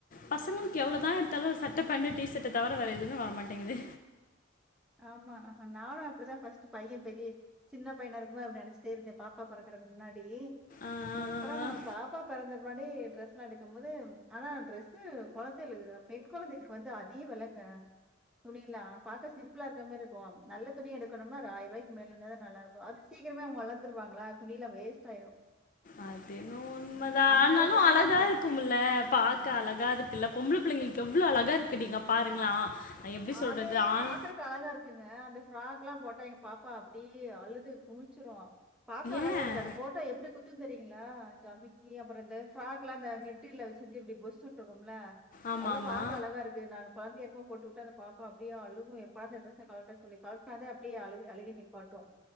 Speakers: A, on the left; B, in the centre.
A: பசங்களுக்கு எவ்ளோவுதா எடுத்தாலும் ஒரு சட்ட பேன்ட் டிஷர்ட்டை தவிர வேற எதுவுமே வரமாட்டேங்குது
B: ஆமா ஆ நானும் அப்டிதா ஃபர்ஸ்ட் பையன் பெரிய சின்ன பையன இருக்குமோ அப்டி நெனைச்சுட்டே இருந்தே பாப்பா பொறக்கறதுக்கு முன்னாடி
A: ஆஹ்
B: அப்பறோ பாப்பா பெறந்த முன்னாடி ட்ரெஸ் எடுக்கும் போது ஆனா ட்ரெஸ்சு குழந்தைகளுக்கு பெண் குழந்தைகளுக்கு வந்து அதிக வெலங்க துணிலா பாக்க சிம் சிம்பளா இருக்க மாரி இருக்கு நல்ல துணி எடுக்கணுமா ஒரு ஆயிரம்ரூபாய்க்கு மேல இருந்தா தா நல்லாருக்கும் அது சீக்கிரங்களே வளந்துருவாங்கள துணிலா வேஸ்ட் ஆய்ரும்
A: அது என்னமோ உண்ம தா
B: அம்மாவே
A: ஆனாலும்
B: திட்டுவாங்க.
A: அழகா இருக்கும்ல பாக்க
B: ஆ.
A: அழகா இருக்குல்ல பொம்பள பிள்ளைங்களுக்கு எவ்ளோ அழகா இருக்கு டீ‌ங்க இங்க பாருங்களா நா எப்டி சொல்றது
B: அது
A: ஆண்
B: பாக்குறக்கு அழகா இருக்குங்க அந்த ஃப்ராக் எல்லா போட்டா எங்க பாப்பா அப்டியே அழுது குமிச்சிருவா பாக்க அழக
A: ஏன்
B: இருக்கு அந்த போ எப்டி குத்துன்னு தெரியீங்களா ஜம்மிக்கி அப்பறோ இந்த ஃப்ராக் எல்லா அந்த நெட்டுல வச்சு இப்டி பொஸ்சுனு இருக்கும்ல
A: ஆமா
B: அதெல்லா
A: ஆமா
B: பாக்க அழகா இருக்கு நா குழந்தையா இருக்குமா போட்டு விட்டு அந்த பாப்பா அப்டியே அழுகும் எப்பாது ட்ரெஸ கலட்ட சொல்லி கலட்டனாத அப்டியே அழுக அழுகி நிப்பாட்டும்